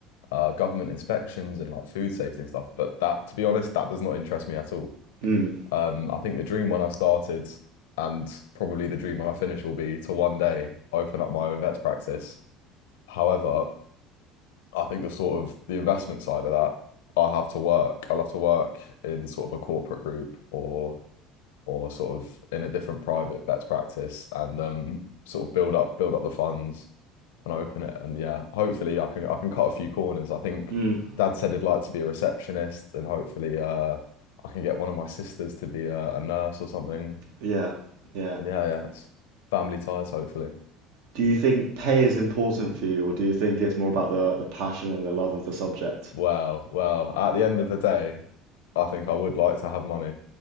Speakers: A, on the left (about 80°); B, on the right (about 70°).
A: uh, government inspections and like food safety and stuff. But that, to be honest, that does not interest me at all.
B: mm,
A: Um, I think the dream when I started and probably the dream when I finish will be to one day open up my own vet's practice. However, I think the sort of the investment side of that, I'll have to work. I'll have to work in sort of a corporate group or or sort of in a different private vets practice and um sort of build up build up the funds and open it. And yeah, hopefully I can I can cut a few corners. I think
B: mm.
A: Dad said he'd like to be a receptionist and hopefully uh I can get one of my sisters to be a, a nurse or something.
B: Yeah, yeah.
A: And yeah, yeah, it's family ties hopefully.
B: Do you think pay is important for you, or do you think it's more about the the passion and the love of the subject?
A: Well, well, at the end of the day, I think I would like to have money.